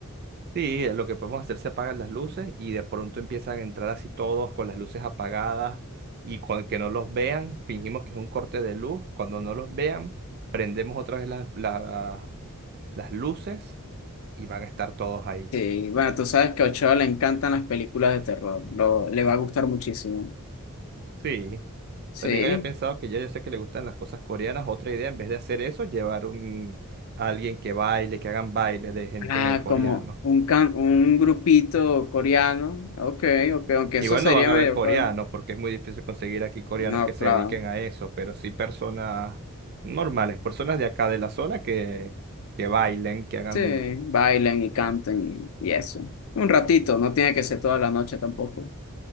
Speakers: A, on the right; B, on the left.
A: Sí, eh, lo que podemos hacer se apagan las luces y de pronto empiezan a entrar así todos con las luces apagadas y con que no los vean, fingimos que es un corte de luz. Cuando no los vean, prendemos otra vez las, la- las luces y van a estar todos ahí.
B: Sí, bueno, tú sabes que a Ochoa le encantan las películas de terror. Lo, le va a gustar muchísimo.
A: Sí,
B: Sí.
A: también había pensado que ya yo sé que le gustan las cosas coreanas. Otra idea, en vez de hacer eso, llevar un, a alguien que baile, que hagan bailes de gente
B: Ah,
A: de coreano.
B: como un, can, un grupito coreano. Ok, ok, aunque
A: Igual
B: eso sería
A: no van a
B: medio
A: haber coreanos,
B: caro.
A: porque es muy difícil conseguir aquí coreanos
B: No,
A: que se
B: claro.
A: dediquen a eso, pero sí personas normales, personas de acá de la zona que, que bailen, que hagan,
B: Sí, bailen y canten y, y eso. Un ratito, no tiene que ser toda la noche tampoco.